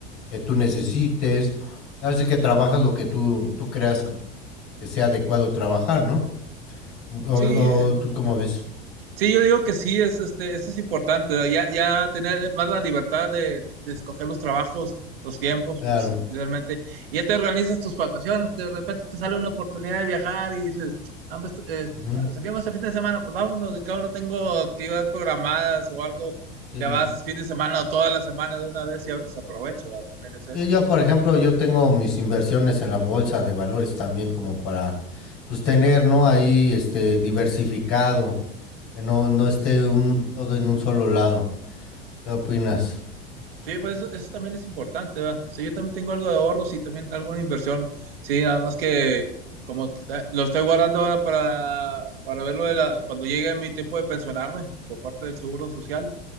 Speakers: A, on the left (about 50°); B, on the right (about 70°).
A: que tú necesites, así que trabajas lo que tú, tú creas que sea adecuado trabajar, ¿no? O,
B: Sí, eh,
A: o tú cómo ves.
B: Sí, yo digo que sí, es, este, eso es importante, ¿no? ya, ya tener más la libertad de, de escoger los trabajos, los tiempos,
A: Claro.
B: realmente. Y ya te organizas tus vacaciones, que de repente te sale una oportunidad de viajar y dices, "Ah, pues, eh,
A: Ujú.
B: salimos este fin de semana, pues vámonos, y cada uno tengo actividades programadas o algo,
A: Sí.
B: te vas fin de semana o toda la semana de una vez y a- se aprovecha, ¿va? También es eso.
A: Sí, Yo, por ejemplo, yo tengo mis inversiones en la bolsa de valores también como para, pues, tener, ¿no? Ahí, este, diversificado, que no, no esté un, todo en un solo lado. ¿Qué opinas?
B: Sí, pues eso, eso también es importante, ¿verdad? Sí, yo también tengo algo de ahorros y también alguna inversión. Sí, nada más que como que está- lo estoy guardando ahora para, para verlo de la, cuando llegue mi tiempo de pensionarme por parte del Seguro Social,